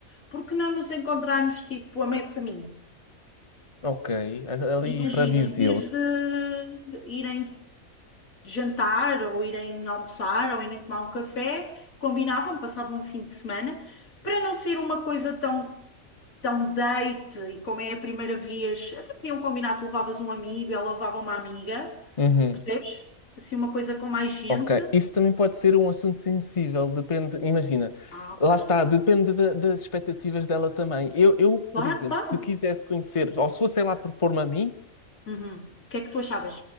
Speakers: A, on the left; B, on the left.
A: porque não nos encontrarmos tipo a meio do caminho?
B: Ok, a- ali
A: Imagina,
B: para Viseu.
A: em vez de irem jantar ou irem almoçar ou irem tomar um café, combinavam, passavam um fim de semana, para não ser uma coisa tão tão date e como é a primeira vez, até podiam combinar, tu levavas um amigo, ela levava uma amiga,
B: Uhum.
A: percebes? Assim, uma coisa com mais gente.
B: Ok, isso também pode ser um assunto sensível, depende, imagina,
A: Ah, ok.
B: lá está, depende da- das expectativas dela também. Eu, eu,
A: Claro,
B: por exemplo,
A: claro.
B: se quisesse conhecer, ou se fosse ela a propor-me a mim,
A: Uhum. O que é que tu achavas?